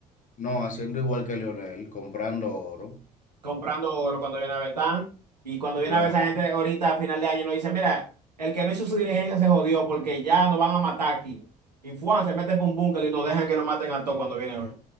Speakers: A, on the left; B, on the right.
A: no, haciendo igual que Lionel comprando oro,
B: comprando oro cuando viene a ver tan. Y cuando
A: blog,
B: viene a ver esa gente ahorita a final de año nos dice, mira, el que no hizo su diligencia se jodió porque ya nos van a matar aquí. Y Fuan se mete por un búnker y nos dejan que nos maten a todos cuando viene a ver.